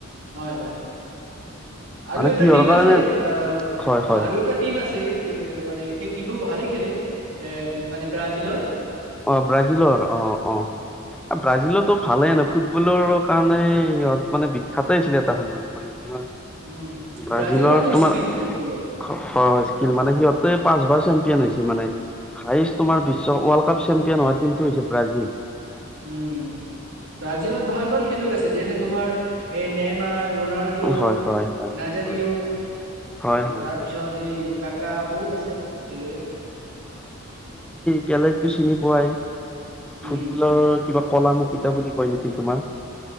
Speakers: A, on the right; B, in the centre.
A: হয়। হয় আৰু
B: মানে
A: এটা
B: কিহৰ
A: টিম
B: কাৰণে
A: আছে অ
B: হয়
A: অ
B: হয়
A: আৰু এটা টিম আছে। স মানে সেই টিমেও ভালে খেলে এ মানে ব্ৰাজিলৰ।
B: অ ব্ৰাজিলৰ অ অ ব্ৰাজিলতো ভালে ফুটবলৰ কাৰণে সিহঁত মানে বিখ্যতে আছিলে এটা সময়ত মানে তোমাৰ
A: উম,
B: ব্ৰাজিলৰ
A: ব্ৰাজিল মানে
B: তোমাৰ
A: স্কিল ফুটবলত।
B: হয় হয় স্ মানে সিহতে পাঁচবাৰ চে্প হৈছে মানে। হায়ষ্ট তোমাৰ বিশ্ব ৱৰ্ল্ড কাপ চেম্পিয়ন হোৱা টিমটো হৈছে ব্ৰাজিল।
A: উম ব্ৰাজিলত ভাল ভাল খেলুৱৈ আছে। যেনে তোমাৰ এই নেমাৰ ৰনাল্ডো,
B: হয় হয় হয়
A: নজাৰিঅ
B: হয়
A: অ
B: হয় হয়
A: তাৰ
B: হয়
A: পিছত এই কাকা বহুত আছে খেলুৱৈ।
B: কেলে টো চিনি পোৱাই
A: উম,
B: ফুটবলৰ কিবা কলা মুুকুটা বুলি কয় নেকি তোমাৰ।